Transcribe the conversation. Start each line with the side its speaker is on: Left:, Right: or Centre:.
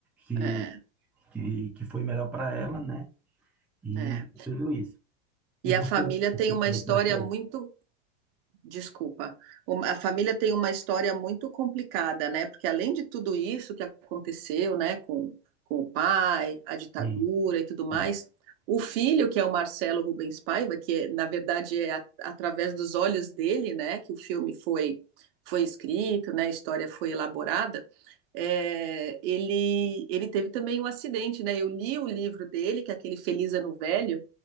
Centre: Que
Right: é,
Centre: que, que foi melhor para ela, né? E
Right: é.
Centre: tudo isso. E
Right: E
Centre: você,
Right: a família
Centre: o
Right: tem
Centre: que
Right: uma
Centre: que você
Right: história
Centre: achou?
Right: muito, desculpa, um- a família tem uma história muito complicada, né? Porque além de tudo isso que aconteceu, né, com, com o pai, a ditadura
Centre: Sim.
Right: e tudo mais,
Centre: Hum.
Right: o filho, que é o Marcelo Rubens Paiva, que é, na verdade é a- através dos olhos dele, né, que o filme foi, foi escrito, né, a história foi elaborada, é, ele, ele teve também um acidente, né? Eu li o livro dele, que é aquele Feliz Ano Velho,